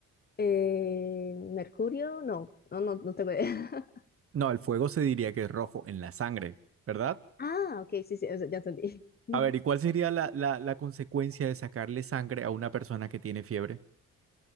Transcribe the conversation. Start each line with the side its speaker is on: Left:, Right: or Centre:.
Left: Eh, Mercurio, no, no, no, no tengo idea. <laughs>
Right: No, el fuego se diría que es rojo en la sangre, ¿verdad?
Left: Ah, ok, sí, sí, ya entendí. <laughs>
Right: A ver, ¿y cuál sería la, la, la consecuencia de sacarle sangre a una persona que tiene fiebre?